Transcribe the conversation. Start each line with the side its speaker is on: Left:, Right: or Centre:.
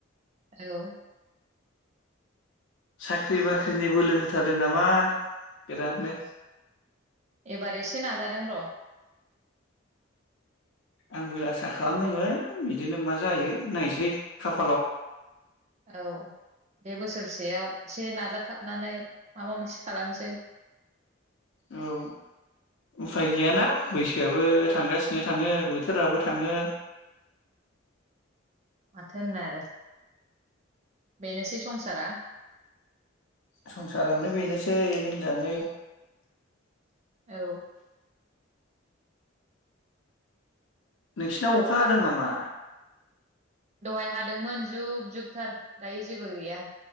Right: औ
Left: साख्रि बाख्रिनि बोलो होथारदों नामा बिरादनो?
Right: एबार एसे नाजादों र'।
Left: आंबो आसा खालामदोंमोन बिदिनो मा जायो नायसै खाफालाव
Right: औ। बे बोसोरसेयाव। एसे नाजाथाबनानै माबा मोनसे खालामसै।
Left: औ उफाय गैयाना बैसोआबो थांगासिनो थाङो बोथोराबो थाङो।
Right: माथो होननो आरो बेनोसै संसारा।
Left: संसारानो बेनोसै हिनजानो।
Right: औ।
Left: नोंसिनाव अखा हादों नामा?
Right: दहाय हादोंमोन जुब जुबथार दायो जेबो गैया।